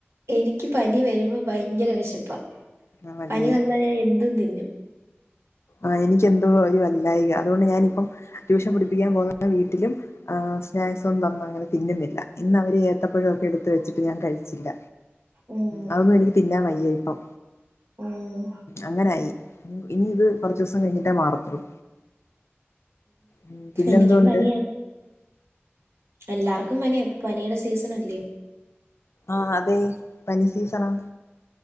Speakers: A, on the right; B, on the left.
A: എനിക്ക് പനി വരുമ്പോ ഭയങ്കര വെശപ്പാ
B: ആണല്ലേ
A: പനി വന്നാ ഞാൻ എന്തും തിന്നും <inaudible>
B: ആഹ് എനിക്ക് എന്തോ ഒരു വല്ലായിക അതുകൊണ്ട് ഞാനിപ്പം ട്യൂഷൻ പഠിപ്പിക്കാൻ പോകുന്ന വീട്ടിലും ആഹ് സ്നാക്സൊന്നും തന്ന അങ്ങനെ തിന്നുന്നില്ല ഇന്ന് അവര് ഏത്തപ്പഴം ഒക്കെ എടുത്ത് വെച്ചിട്ട് ഞാൻ കഴിച്ചില്ല
A: ഉം
B: അഔന്നും എനിക്ക് തിന്നാൻ വയ്യ ഇപ്പം
A: ഉം
B: അങ്ങനായി ഇനി ഇത് കൊറച്ചുസം കഴിഞ്ഞിട്ട മാറത്തൊള്ളൂ ഉം പിന്നെന്തോണ്ട്
A: എനിക്കും പനിയാ എല്ലാർക്കും പനിയ ഇപ്പൊ പനിയുടെ സീസണല്ലിയോ
B: ആഹ് അതെ പനി സീസണാ